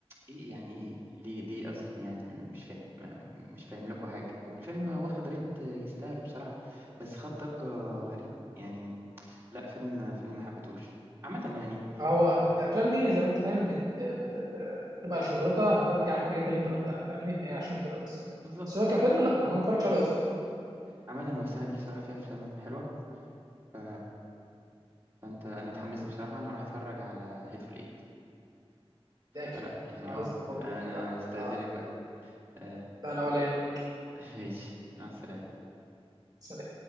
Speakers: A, on the right; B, on the right.
A: ايه يعني ايه ليه ليه اصلا يعني مش فاهم ما- مش فاهم لكم حاجه والفيلم واخد ريت يستاهله بصراحه بس خد ضجه غريبه يعني لا فيلم فيلم ما حبيتهوش عامه يعني
B: هو الافلام دي زي ما انت فاهم بت- بت- بت- بتبقى شهرتها ناتجه عن الحاجات اللي انت قلتها فاهمني فهي عشان كده بس
A: بالظبط
B: بس هو كفيلم لا انا ما اتفرجتش عليه اصلا
A: عامه هو السنه دي بصراحه فيها افلام حلوه ف... فانت انا اتحمست بصراحه انا راح اتفرج على هيتفول ايت
B: ده اكيد
A: فلا يعني
B: انا
A: اه
B: لازم برضه
A: انا
B: اتفرج عليه
A: استاذنك
B: آه،
A: بقى آه،
B: لا لا ولا يهمك
A: <laughs> ماشي مع السلامه
B: سلام